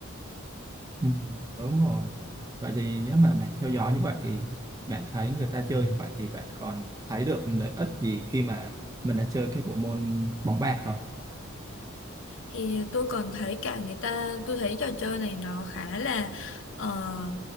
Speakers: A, on the right; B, on the left.
A: Ừ. đúng rồi vậy thì nếu mà bạn theo dõi như vậy thì bạn thấy người ta chơi như vậy thì bạn còn thấy được lợi ích gì khi mà mình đã chơi cái bộ môn bóng bàn không
B: thì tôi còn thấy cả người ta tôi thấy trò chơi này nó khá là ờ,